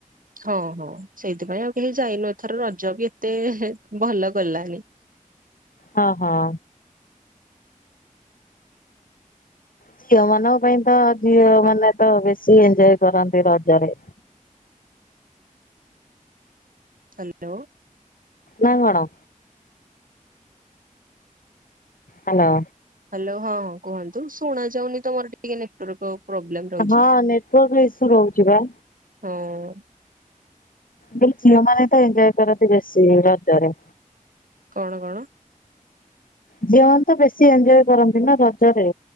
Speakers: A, on the right; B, on the left.
A: ହଁ ହଁ। ସେଇଥିପାଇଁ ଆଉ କେହି ଯାଇନୁ ଏଥର ରଜ ବି ଏତେ ଭଲ ଗଲାନି।
B: ହଁ ହଁ। ଝିଅ ମାନଙ୍କ ପାଇଁ ତ ଝିଅ
A: ଆପଣ
B: ମାନେ ତ ବେଶୀ ଏଞଜୟ କରନ୍ତି ରଜରେ।
A: ହା ଲୋ।
B: ନା କଣ? ହାଲୋ।
A: ହାଲୋ ହଁ ହଁ କୁହନ୍ତୁ ଶୁଣା ଯାଉନି ତମର ଟିକେ ନେଟୱାର୍କ କ ପ୍ରୋବ୍ଲେମ? ରହୁଛି।
B: ହଁ ନେଟୱାର୍କ ଇସୁ ରହୁଚି ବା।
A: ହଁ।
B: ବି ଝିଅ ମାନେ ତ ଏନଜୟ କରନ୍ତି ବେଶୀ ରଜରେ।
A: କଣ କଣ?
B: ଝିଅମାନେ ତ ବେଶୀ ଏଞ୍ଜୟ କରନ୍ତି ନା ରଜରେ?